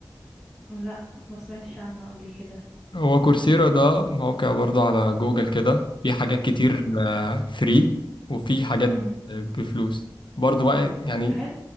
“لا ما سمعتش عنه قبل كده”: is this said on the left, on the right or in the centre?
Centre